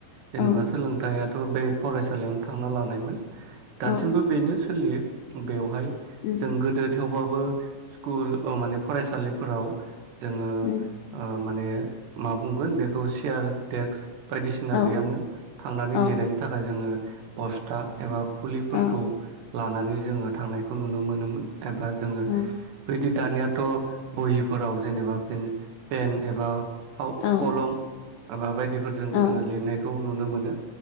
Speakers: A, on the right; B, on the left.
A: जेनेबा
B: औ
A: सोलोंथाइयाथ' बे फरायसालियावनो थांना लानायमोन
B: औ
A: दासिमबो बेनो सोलियो बेवहाय
B: उम
A: जों गोदो थेवब्लाबो स्कुल अ' माने फरायसालिफोराव जोङो
B: उम
A: ओ माने मा बुंगोन बेखौ सेयार टेक्स बायदिसिना
B: औ
A: गैयामोन थांनानै
B: औ
A: जिरायनो थाखाय जोङो बस्था एबा फुलिफोरखौ
B: औ
A: लानानै जोङो थांनायखौ नुनो मोनोमोन। एबा जोङो
B: औ
A: बेदि दानियाथ' बहिफोराव जेनेबा पेन एबा फाव
B: औ
A: कलम एबा बायदिफोरजों
B: औ
A: जोङो लिरनायखौ नुनो मोनो।